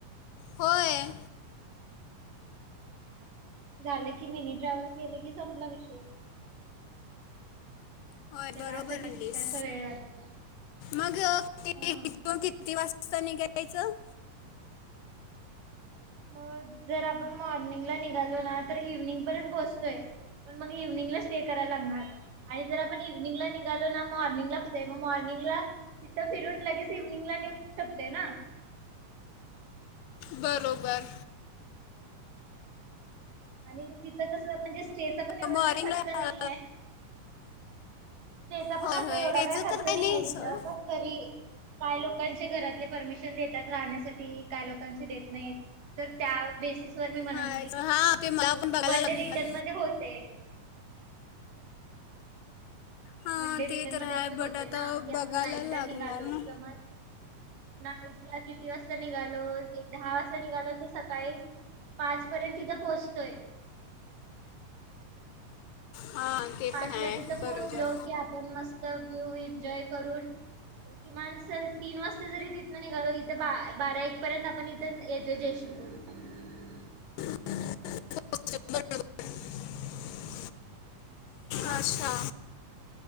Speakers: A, on the left; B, on the right.
A: होय.
B: झाले की मिनी ट्रॅव्हल्स केली, की संपला विषय.
A: होय
B: त्याला
A: बरोबर
B: असं
A: म्हनलीस
B: कितकासा वेळ लागतो
A: मग किती
B: हम
A: वाज स्ता निघायचं?
B: मग जर आपण मॉर्निंगला निघालो ना तर इव्हनिंग पर्यंत पोहोचतोय, पण मग इव्हनिंगला स्टे करायला लागणार आणि जर आपण इव्हनिंगला निघालो ना, तर मॉर्निंगला, मॉर्निंगला तिथं फिरून, लगेच इव्हनिंगला निघू शकतोय ना?
A: बरोबर.
B: आणि ती कस म्हणजे स्टेचा पण एवढा
A: मॉर्निंगला
B: काही खर्च नाहीये. स्टेचा
A: होय
B: पण असा
A: होय
B: एवढा
A: त्याचं
B: काही खर्च
A: तर
B: नाहीय
A: नाही सोड
B: तिथं, पण तरी काय लोक काही लोकांचे घरातले परमिशन देतात राहण्यासाठी, काय लोकांची देत नाही, तर त्या बेसिस वर मी म्हणत
A: हाय
B: होते की,
A: हा ते मला पण बघायला
B: वन
A: लागणार
B: डे रिटर्न मध्ये होतय.
A: हा
B: वन डे रिटर्न
A: ते तर
B: मध्ये
A: आहे
B: आपले होते
A: बट आता
B: ना की, आपण
A: बघायला
B: नाईट
A: लागणार
B: ला निघालो
A: ना
B: समज नाईट ला किती वाजता निघालो एक दहा वाजता निघालो तर सकाळी पाच पर्यंत तिथं पोहोचतोय.
A: हा ते
B: पाचला
A: पण आहे
B: तिथं
A: बरोबर
B: पोहोचलो की आपण मस्त व्हिव एनजॉय करून, किमान चल तीन वाजता जरी तिथनं निघालो इथं बारा एक पर्यंत आपण इथं येतोय जयसिंगपूरला.
A: <unintelligible>
B: अ
A: आच्छा.